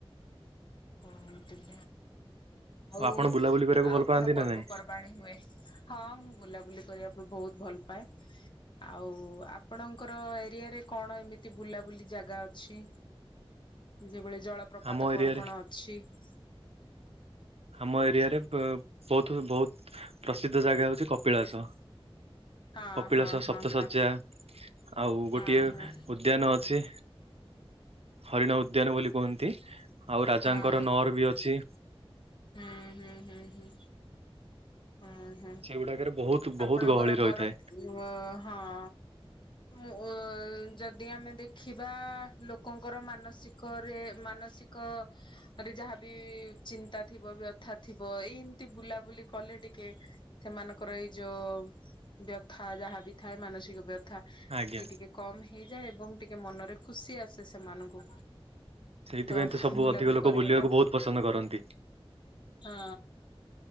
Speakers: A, on the left; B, on the right.
A: ହୁଁ। ଆଉ
B: ଆପଣ ବୁଲାବୁଲି କରିବାକୁ
A: ଆଉ
B: ଭଲ ପାଆନ୍ତି
A: କଣ ପର୍ବପର୍ବାଣୀ
B: ନା ନାଇଁ
A: ହୁଏ? ହଁ ମୁଁ ବୁଲାବୁଲି କରିବା ପାଇଁ ବହୁତ ଭଲ ପାଏ ଆଉ ଆପଣଙ୍କର ଏରିଆରେ କଣ ଏମିତି ବୁଲାବୁଲି ଜାଗା ଅଛି ହୁଁ। ଯେଭଳି ଜଳପ୍ରପାତ
B: ଆମ
A: କଣ
B: ଏରିଆରେ
A: କଣ ଅ? <inaudible>
B: ଆମ ଏରିଆରେ ପ ବହୁତ ବହୁତ ପ୍ରସିଦ୍ଧ ଜାଗା ହଉଛି କପିଳାସ।।
A: ହଁ
B: କପିଳାସ
A: ହଁ ହଁ
B: ସପ୍ତ
A: ହଁ
B: ଶଯ୍ୟା ଆଉ
A: ହଁ
B: ଗୋଟିଏ
A: ହଁ
B: ଉଦ୍ୟାନ ଅଛି। ହରିଣ ଉଦ୍ୟାନ ବୋଲି କୁହନ୍ତି। ଆଉ ରାଜାଙ୍କର
A: ହଁ ହଁ।
B: ନଅର ବି ଅଛି।
A: ହୁଁ ହୁଁ ହୁଁ ହୁଁ। ହଁ ହଁ
B: ସେଗୁଡାକରେ ବହୁତ ବହୁତ
A: ଆପଣଙ୍କର
B: ଗହଳି ରହିଥାଏ
A: ବରହମପ ହଁ। ମୁଁ ଯଦି ଆମେ ଦେଖିବା ଲୋକଙ୍କର ମାନସିକରେ ମାନସିକରେ ଯାହାବି ଚିନ୍ତା ଥିବ ବ୍ୟଥା ଥିବ ଏଇ ଏମିତି ବୁଲାବୁଲି। କଲେ ଟିକେ ସେମାନଙ୍କର ଏଇ ଯୋଉ ବ୍ୟଥା ଯାହା ବିି ଥାଏ ମାନସିକ ବ୍ୟ ଥା
B: ଆଜ୍ଞା
A: ବି ଟିକେ କମ ହେଇଯାଏ ଏବଂ ଟିକେ। ମନରେ ଖୁସି ଆସ। ସେମାନଙ୍କୁ
B: ସେଇଥିପାଇଁ
A: ତ
B: ସବୁ
A: ବୁଲାବୁଲି
B: ଅଧିକ ଲୋକ
A: କରିବାଟା
B: ବୁଲିବାକୁ ବହୁତ ପସନ୍ଦ କରନ୍ତି।
A: ହଁ।